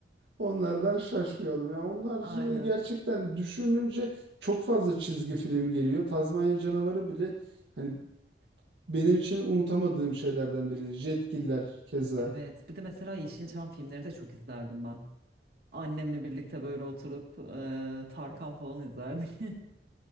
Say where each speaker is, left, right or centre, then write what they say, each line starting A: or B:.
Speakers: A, on the right; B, on the right.
A: onlardan şaşmayalım. Yani onun haricinde
B: Aynen.
A: de gerçekten düşününce çok fazla çizgi film geliyor. Tazmanya Canavarı bile hani benim için unutamadığım şeylerden biri. Jetgiller keza.
B: Evet. Bir de mesela Yeşilçam filmleri de çok izlerdim ben. Annemle birlikte böyle oturup e, Tarkan falan izlerdik. <laughs>